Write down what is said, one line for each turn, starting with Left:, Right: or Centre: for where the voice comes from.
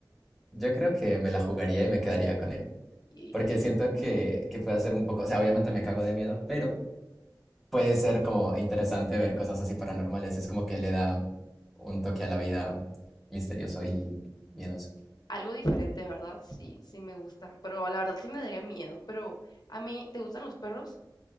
Centre: yo creo que me la jugaría y me quedaría con él.
Left: Y
Centre: Porque
Left: qué miedo.
Centre: siento que, que puede ser un poco, o sea, obviamente me cago de miedo, pero puede ser como interesante ver cosas así paranormales. Es como que le da un toque a la vida misterioso y miedoso.
Left: Algo diferente, ¿verdad? Sí, sí me gusta. Pero la verdad sí me daría miedo. Pero a mí, ¿te gustan los perros?